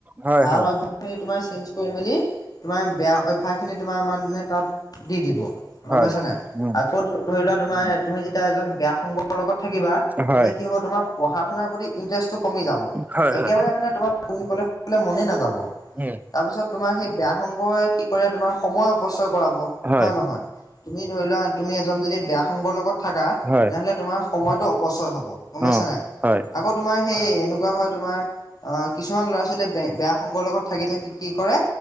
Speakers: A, on the right; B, on the left.
A: হয়,
B: ভাল
A: হয়,
B: অভ্যা <unintelligible> তোমাৰ চেঞ্জ কৰি মেলি তোমাৰ বেয়া অভ্যাসখিনি তোমাৰ মানে তাত দি দিব গম
A: হয়,
B: পাইছা নাই।
A: উম,
B: আকৌ ধ-ধৰি লোৱা তোমাৰ তুমি যেতিয়া এজন বেয়া সংগৰ লগত থাকিবা,
A: হয়,
B: তেন্তে কি হ'ব তোমাৰ পঢ়া শুনাৰ প্ৰতি ইটাৰেষ্টটো কমি যাব,
A: হয়, হয়।
B: একেবাৰে মানে তোমাৰ পঢ়িবলৈ মানে মনে নাযাব।
A: উম,
B: তাৰপিছত তোমাৰ সেই বেয়া সংগই কি কৰে তোমাৰ সময় অপচয় কৰাব হয়ে
A: হয়,
B: নহয়। তুমি ধৰি লোৱা তুমি এজন যদি বেয়া সংগৰ লগত থাকা।
A: হয়।
B: তেনেহ'লে তোমাৰ সময়টো অপচয় হ'ব গম পাইছা
A: অ',
B: নাই,
A: হয়,
B: আকৌ তোমাৰ সেই এনেকুৱা হয় তোমাৰ অ' কিছুমান ল'ৰা ছোৱালীয়ে বেয়া সংগৰ লগত থাকি থাকি কি কৰে